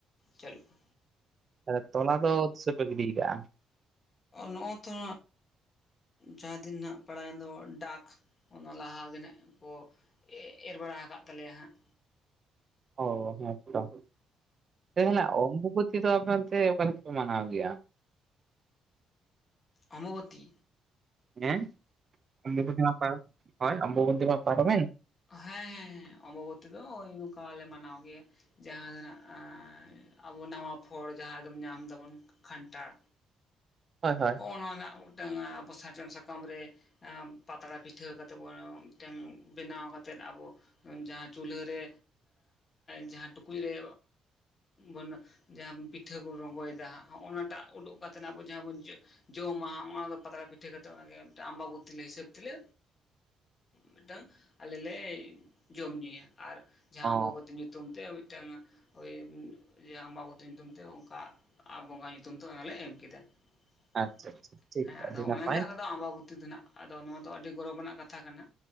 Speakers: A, on the left (about 40°); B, on the right (about 40°).
A: ᱪᱟᱹᱞᱩᱜᱼᱟ
B: ᱛᱟᱞᱦᱮ ᱛᱚᱞᱟ ᱫᱚ ᱛᱤᱥᱚ ᱯᱮ ᱜᱤᱰᱤ ᱠᱟᱜᱼᱟ
A: ᱱᱚᱜᱼᱚ ᱛᱚ ᱡᱟᱦᱟᱸ ᱫᱤᱱ ᱱᱟᱦᱟᱜ ᱯᱟᱲᱟᱭᱮᱱ ᱫᱚ ᱰᱟᱠ ᱚᱱᱟ ᱞᱟᱦᱟ ᱜᱮ ᱱᱟᱦᱟᱜ ᱠᱚ ᱮ ᱮᱨ ᱵᱟᱲᱟ ᱟᱠᱟᱫ ᱛᱟᱞᱮᱭᱟ ᱦᱟᱸᱜ
B: ᱚ ᱦᱮᱸ ᱛᱚ ᱛᱮᱦᱮᱧᱟᱜ ᱚᱢᱵᱚᱵᱚᱛᱤ ᱫᱚ ᱟᱯᱮ ᱚᱱᱛᱮ ᱚᱠᱟ ᱞᱮᱠᱟ ᱯᱮ ᱢᱟᱱᱟᱣ ᱜᱮᱭᱟ
A: ᱚᱢᱵᱚᱵᱚᱛᱤ
B: ᱦᱮᱸ ᱚᱢᱵᱚᱵᱚᱛᱤ ᱢᱟ ᱯᱟ ᱦᱳᱭ ᱚᱢᱵᱚᱵᱚᱛᱤ ᱢᱟ ᱯᱟᱨᱚᱢᱮᱱ᱾
A: ᱦᱮᱸ ᱚᱢᱵᱚᱵᱚᱛᱤ ᱫᱚ ᱳᱭ ᱱᱚᱝᱠᱟ ᱞᱮ ᱢᱟᱱᱟᱣ ᱜᱮᱭᱟ᱾ ᱡᱟᱦᱟᱸ ᱫᱚ ᱱᱟᱸᱜ ᱟᱵᱚ ᱱᱟᱣᱟ ᱯᱷᱚᱲ ᱡᱟᱦᱟᱸ ᱫᱚᱢ ᱧᱟᱢ ᱫᱟᱵᱚᱱ ᱠᱷᱟᱱᱴᱟᱱ,
B: ᱦᱳᱭ ᱦᱳᱭ
A: ᱦᱚᱸᱜ-ᱚ ᱱᱚᱣᱟ ᱱᱟᱜ ᱢᱤᱫᱴᱟᱝ ᱟᱵᱚ ᱥᱟᱨᱡᱚᱢ ᱥᱟ ᱠᱟᱢ ᱨᱮ ᱯᱟᱛᱲᱟ ᱯᱤᱴᱷᱟᱹ ᱠᱟᱛᱮᱜ ᱵᱚᱱ ᱢᱤᱫᱴᱮᱝ ᱵᱮᱱᱟᱣ ᱠᱟ ᱛᱮᱫ ᱟᱵᱚ ᱡᱟᱦᱟᱸ ᱪᱩᱞᱦᱟᱹ ᱨᱮ ᱡᱟᱦᱟᱸ ᱴᱩᱠᱩᱡ ᱨᱮ ᱵᱚᱱ ᱡᱟᱦᱟᱸ ᱯᱤᱴᱷᱟᱹ ᱵᱚᱱ ᱨᱚᱸᱜᱚᱭᱮᱫᱟ ᱦᱟᱸᱜ ᱦᱚᱜ-ᱚ ᱱᱟ ᱴᱟᱜ ᱩᱰᱩᱜ ᱠᱟᱛᱮ ᱱᱟᱜ ᱵᱚᱱ ᱡᱟᱦᱟᱸ ᱵᱚᱱ ᱡᱚᱢᱟ ᱚᱱᱟ ᱫᱚ ᱯᱟᱛᱲᱟ ᱯᱤᱴᱷᱟᱹ ᱠᱟᱛᱮᱫ ᱚᱱᱟᱜᱮ ᱢᱤᱫᱴᱟᱝ ᱟᱢᱵᱟᱵᱚᱛᱤ ᱞᱮ ᱦᱤᱥᱟᱹᱵ ᱛᱮᱞᱮ ᱢᱤᱫᱴᱟᱝ ᱟᱞᱮ ᱞᱮ ᱡᱚᱢ ᱧᱩᱭᱟ ᱟᱨ ᱡᱟᱦᱟᱸ
B: ᱚ
A: ᱚᱢᱵᱚᱵᱚᱛᱤ ᱧᱩᱛᱩᱢ ᱛᱮ ᱢᱤᱫᱴᱟᱝ ᱳᱭ ᱡᱮ ᱚᱢᱵᱚᱵᱚᱛᱤ ᱧᱩᱛᱩᱢ ᱛᱮ ᱚᱱᱠᱟ ᱟᱨ ᱵᱚᱸᱜᱟ ᱧᱩᱛᱩᱢ ᱛᱮ ᱦᱚᱸᱜ-ᱚᱭ ᱞᱮ ᱮᱢ ᱠᱮᱫᱟ᱾
B: ᱟᱪᱪᱷᱟ
A: <inaudible>
B: ᱟᱪᱪᱷᱟ ᱴᱷᱤᱠ
A: ᱦᱮᱸ ᱟᱫᱚ
B: ᱟᱹᱰᱤ ᱱᱟᱯᱟᱭ
A: ᱚᱱᱟᱜᱮ ᱟᱞᱮ ᱫᱚ ᱚᱢᱵᱚᱵᱚ ᱛᱤ ᱫᱚ ᱱᱟᱜ ᱟᱫᱚ ᱱᱚᱣᱟ ᱫᱚ ᱟᱹᱰᱤ ᱜᱚᱨᱚᱵᱽ ᱨᱮᱱᱟᱜ ᱠᱟᱛᱷᱟ ᱠᱟᱱᱟ